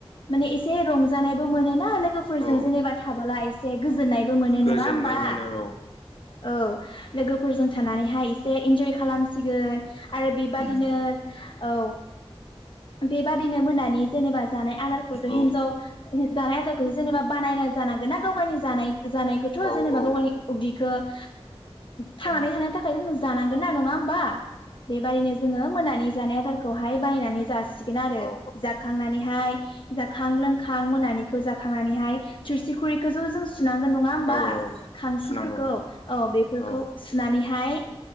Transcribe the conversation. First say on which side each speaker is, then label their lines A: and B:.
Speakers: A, on the left; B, on the left.
A: माने एसे रंजानायबो मोनो ना लो गोफोरजों
B: औ
A: जेनेबा थाबोला एस से गोजोननायबो मोनो
B: गोजोननाय
A: नङा होमबा
B: मोनो औ
A: औ लोगोफोरजों थानानैहाय एसे इन्ज'य खालामसिगोन आरो बेबादिनो
B: उम
A: औ बेबादिनो मोनानि जेनेबा जानाय आदारखौथ'
B: औ
A: हिनजाव हिन जानाय आदारखौ जेनेबा बानायना जानांगोना गाव गावनि जानाय जानाय खोथ'
B: औ
A: जेनेबा
B: औ
A: गाव गायनि उदिखो ओ थांनानै
B: औ
A: थानो थाखाय जोङो जानांगोन ना नङा होमबा बेबादिनो जोङो मोनानि जानाय आदार खौहाय बायनानै जासिगोन आरो
B: औ
A: जाखांनानैहाय जाखां लोंखां मोनानिखौ जाखांनानैहाय थोरसि खुरैखोज' जों सुनांगोन नङा होमबा
B: औ औ
A: खांसिफोरखौ
B: सुनांगौ
A: औ बेफोरखौ
B: औ
A: सुनानै हाय